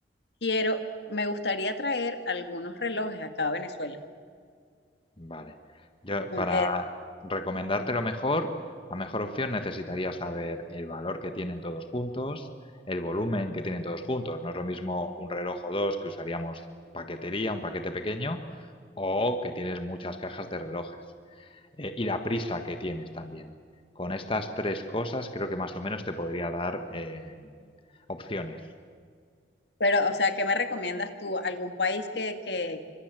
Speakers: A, on the left (about 70°); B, on the left (about 30°).
A: quiero, me gustaría traer algunos relojes acá a Venezuela.
B: Vale. Yo,
A: Un-
B: para
A: eh,
B: recomendarte lo mejor, la mejor opción necesitaría saber el valor que tienen todos juntos, el volumen que tienen todos juntos. No es lo mismo un reloj o dos que usaríamos paquetería, un paquete pequeño, o que tienes muchas cajas de relojes. Eh, y la prisa que tienes también. Con estas tres cosas creo que más o menos te podría dar eh, opciones.
A: pero, o sea, ¿qué me recomiendas tú? ¿Algún país que, que, o